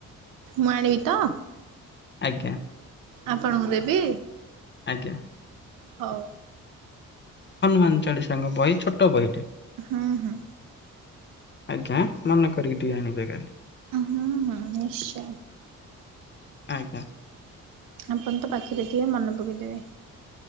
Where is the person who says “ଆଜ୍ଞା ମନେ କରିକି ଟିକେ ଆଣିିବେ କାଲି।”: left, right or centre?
Left